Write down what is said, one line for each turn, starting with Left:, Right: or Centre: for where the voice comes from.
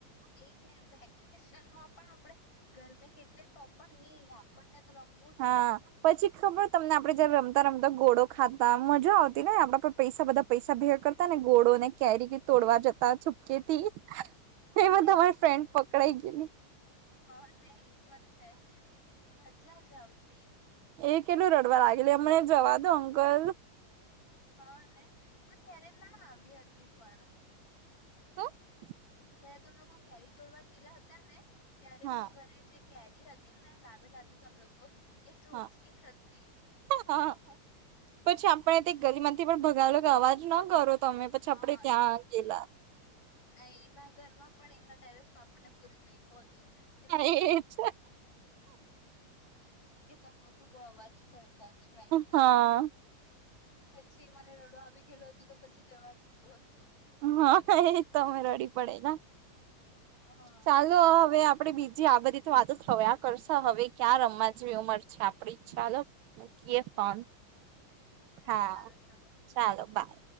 Left: એ જ ને વેકેશનમાં પણ આપણે ગરમી કેટલી તો પણ નહી આપણને તો રમવું જ
Right: હા
Left: છે
Right: પછી ખબર તમને આપડે જયારે રમતા રમતા ધ ગોળો ખાતા મજા આવતી ને આપણે પૈસા બધા પૈસા ભે કરતા ને ગોળો ને કેરી તોડવા. જતા છુપકેથી
Left: હા
Right: એમાં
Left: નહી
Right: તમાર ફ્રેન્ડ પકડાઈ ગયલી.
Left: હા ને એ પણ છે મજા જ આવતી.
Right: એ કેટલું રડવા લાગેલી અમને જવા દો અંકલ.
Left: હા ને હું ત્યારે ના આવી હતી પણ.
Right: હ <unintelligible>
Left: જયારે તમે કો કેરી તોડવા કેલા હતા ને ત્યારે
Right: હા
Left: હું ઘરે જે કેરી હતી ને. લાવેલા હતા તમ લોકો એ
Right: હા
Left: ધોતી હતી એટલે
Right: હા
Left: હું.
Right: પછી આપણે તે ગરી માંથી પણ ભગાયેલો કે અવાજ ના કરો તમે પછી
Left: હા
Right: આપણેે ત્યાં ગેલા.
Left: ના એના ઘર માં પણ એના ડેરેસ પાપડને પૂરી મળ. કહ તોું કે તમર.
Right: એજ
Left: કે તમે ખુબ અવાજ કરતા છો એમ કરીને.
Right: હા
Left: પછી મને રડો આવી ગયેલો હતોું તો પછી જવા દીધું હતું.
Right: હા એજ તોમે રડી પડે
Left: હા
Right: ચાલો હવે આપ. આપડે બીજી આગધી તો વાતો થયા કરશો હવે ક્યાં રમવા જેવી ઉંમર છે આપડી ચાલો. મૂકીએ
Left: હા
Right: ફોન હા
Left: સારું ચાલો
Right: ચાલો બાય.